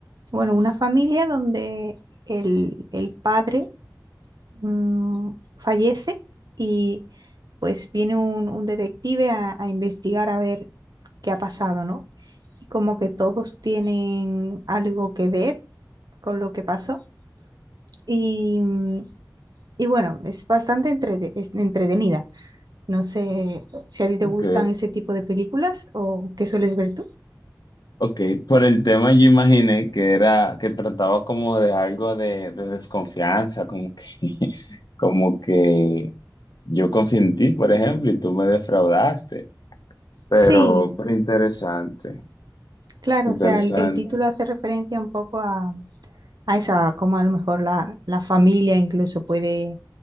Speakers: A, on the right; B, on the left.
A: bueno, una familia donde el, el padre mm, fallece y pues viene un, un detective a, a investigar a ver qué ha pasado, ¿no? Y como que todos tienen algo que ver con lo que pasó. Y, mm, y bueno, es bastante entrete- es entretenida. No sé si a ti te
B: Ok,
A: gustan ese tipo de películas o qué sueles ver tú.
B: ok. Por el tema yo imaginé que era, que trataba como de algo de, de desconfianza, como que, <laughs> como que yo confié en ti, por ejemplo, y tú me defraudaste. Pero,
A: Sí,
B: pero interesante,
A: claro,
B: interesante.
A: o sea, el, el título hace referencia un poco a, a esa, como a lo mejor la, la familia incluso puede